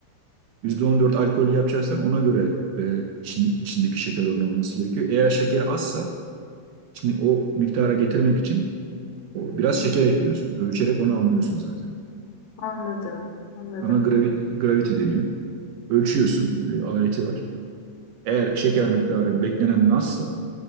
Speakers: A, on the right (about 75°); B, on the left (about 70°).
A: %14 alkolü yapacaksan ona göre e, için- içindeki şeker oranı olması gerekiyor. Eğer şeker azsa şimdi o miktara getirmek için o biraz
B: Hı
A: şeker
B: hı.
A: ekliyorsun. Ölçerek onu anlıyorsun zaten.
B: Anladım. Anladım.
A: Ona gravi- gravity deniyor. Ölçüyorsun, e, aleti var. Eğer şeker miktarı beklenenden azsa